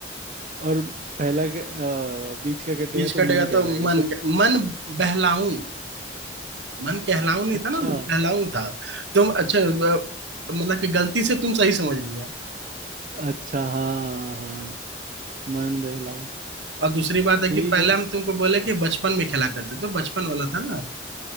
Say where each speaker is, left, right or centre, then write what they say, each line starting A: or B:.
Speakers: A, on the right; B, on the right.
A: और पहला के- अ, बीच का कटेगा
B: बीच
A: तो
B: कटेगा
A: मन
B: तो
A: कहलाएगा
B: मन
A: तो
B: कह- मन बहलाऊं मन कहलाऊं नहीं
A: अच्छा
B: था ना बहलाऊं था तुम अच्छा अ, मतलब कि गलती से तुम सही समझ लिया
A: अच्छा हाँ हाँ हाँ हाँ। मन बहलाओ
B: और दूसरी बात है
A: ठीक
B: कि पहले
A: है
B: हम तुमको बोले कि बचपन में खेला करते तो बचपन वाला था ना